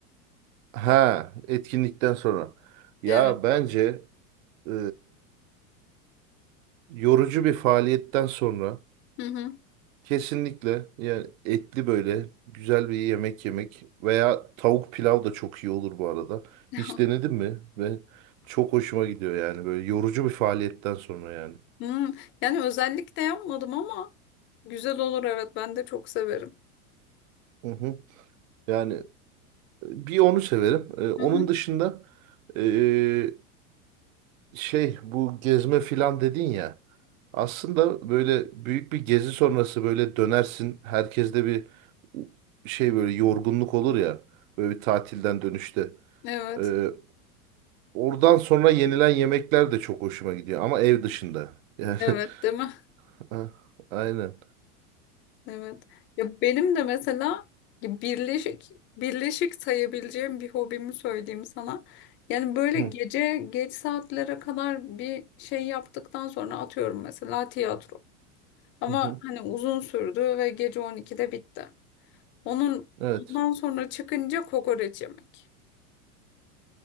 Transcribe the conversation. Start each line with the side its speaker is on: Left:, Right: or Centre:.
Right: Ha, etkinlikten sonra. Ya
Left: Evet.
Right: bence e, yorucu bir faaliyetten sonra
Left: Hı hı.
Right: Kesinlikle yani etli böyle güzel bir yemek yemek veya tavuk pilav da çok iyi olur bu arada.
Left: <laughs>
Right: Hiç denedin mi? Ve çok hoşuma gidiyor yani böyle yorucu bir faaliyetten sonra yani.
Left: Hmm, Yani özellikle yapmadım ama güzel olur evet ben de çok severim.
Right: Hı hı. Yani e, bir onu severim. Ee, onun
Left: Hı hı.
Right: dışında ee, şey bu gezme filan dedin ya. Aslında böyle büyük bir gezi sonrası böyle dönersin. Herkeste bir şey böyle yorgunluk olur ya. Böyle bir tatilden dönüşte.
Left: Evet.
Right: Ee, Oradan sonra yenilen yemekler de çok hoşuma gidiyor ama ev dışında. Yani
Left: Evet değil mi?
Right: <laughs> a- aynen.
Left: Evet. Ya benim de mesela birleşik birleşik sayabileceğim bir hobimi söyleyeyim sana. Yani böyle
Right: Hı,
Left: gece geç saatlere kadar bir şey yaptıktan sonra atıyorum mesela tiyatro. Ama
Right: hı, hı.
Left: hani uzun sürdü ve gece 12'de bitti. Onun
Right: Evet.
Left: ondan sonra çıkınca kokoreç yemek.